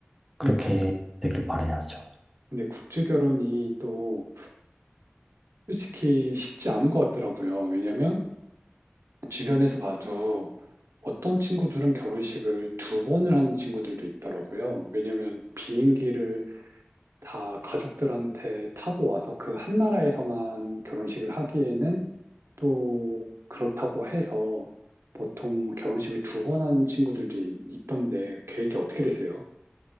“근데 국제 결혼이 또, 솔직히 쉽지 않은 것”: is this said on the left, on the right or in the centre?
Right